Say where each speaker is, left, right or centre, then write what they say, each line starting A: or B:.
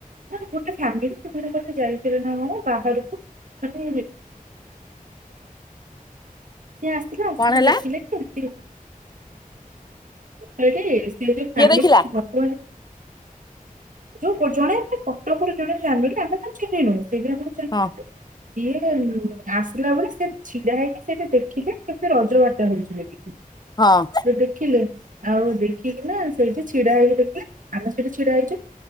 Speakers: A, on the right; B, on the left.
A: ଗୋଟେ ଫାମିଲି କଥାେ ଯାଇଥିଲେ ନା କଣ ବାହାରକୁ <inaudible> ସିଏ ଆସିଲା ଆସିକି
B: କଣ ହେଲା
A: ଦେଖିଲେ କେମିତି <inaudible> ସେ ଯୋଉ
B: କିଏ
A: ଫାମିଲି
B: ଦେଖିଲା
A: ଭ <inaudible> ଯୋଉ ଜଣେ କଟକରୁ ଜଣେ <inaudible> ଆମେ ତ ଚିହ୍ନିନୁ। ସେଇ
B: ହଁ
A: <inaudible> ସିଏ ଆସିଲା ବେଳେ ସେ ଛିଡା ହେଇକି ସେଇଟା ଦେଖିଲେ କେତେ ରଜ ବାଟ ହେଉଛି ବୋଳିକି।
B: ହଁ
A: ସେ ଦେଖିଲେ ଆଉ ଦେଖିକି ନା ସେଇଠି ଛିଡା ହେଇକି ଆମେ ସେଇଠି ଛିଡା ହେଇଛୁ